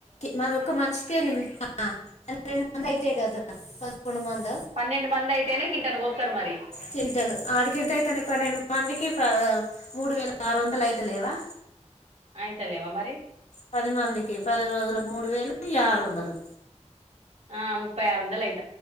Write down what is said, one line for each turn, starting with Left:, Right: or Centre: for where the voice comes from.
Left: మన ఒక్క మనిషికేమి రెండు మ అయి. అంతే కద సన్ పదాకొండు మంద
Right: పన్నెండు మంది అయితేనే కింటానికి కోత్తరు మరి
Left: తింటాను ఆడికి ఎంత అయితను పన్నెండు మందికి. ఆ మూడు వేల ఆరు వందలు అయితలేవా.
Right: అయితలేవా మరి.
Left: పది మందికి పది రోజులకు మూడు వేలు ఈ ఆరు వందలు
Right: ఆ ముప్పై ఆరు వందలు అయింది